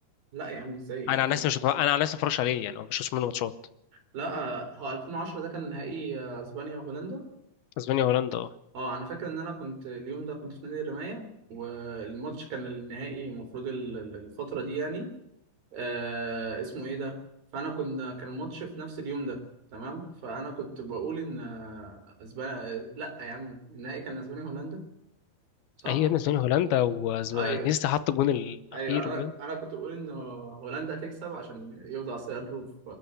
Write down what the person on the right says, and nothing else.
لا يا عم ازاي شفنا
لا آه، هو 2010 ده كان نهائي آه، اسبانيا وهولندا
اه انا فاكر ان انا كنت اليوم ده كنت في نادي الرماية والماتش كان النهائي المفروض ال- ال- الفترة دي يعني آه اسمه ايه ده فانا كنا كان الماتش في نفس اليوم ده تمام فانا كنت بقول ان آه، اسبانيا لا يا عم النهائي كان اسبانيا هولندا صح
ايوه
ايوه انا
انا كنت بقول ان هولندا هتكسب عشان يوضع صدره في